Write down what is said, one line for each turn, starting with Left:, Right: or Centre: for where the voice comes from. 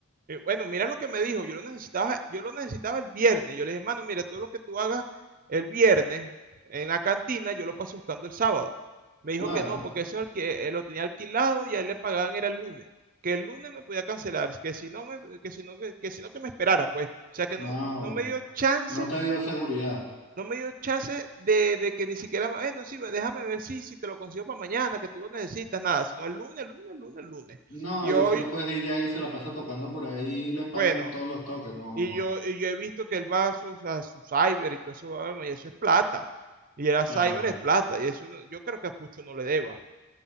Right: Eh, bueno, mira lo que me dijo, yo lo necesitaba, yo lo necesitaba el viernes. Yo le dije, mano, mira, todo lo que tú hagas el viernes en la cantina, yo lo paso buscando el sábado. Me dijo
Left: Claro,
Right: que no, porque eso que eh, lo tenía alquilado y a él le pagaban era el lunes. Que el lunes me podía cancelar, que si no me, que si no, que, que si no que me esperara, pues. O sea que
Left: no,
Right: no, no
Left: bueno,
Right: me dio chance,
Left: no te dio seguridad.
Right: no me dio chance de, de que ni siquiera, bueno, sí, pues, déjame ver si, si te lo consigo para mañana, que tú lo necesitas, nada, sino el lunes, el lunes, el lunes, el lunes.
Left: No,
Right: Y
Left: y
Right: hoy,
Left: ese loco es DJ y se la pasa tocando por ahí y le pagan
Right: bueno,
Left: todos los toques, no
Right: Y
Left: joda.
Right: yo, y yo he visto que él va a su, a su cyber y todo eso, vamos, y eso es plata. Y era
Left: Claro.
Right: cyber es plata. Y eso no- yo creo que a Pucho no le deba.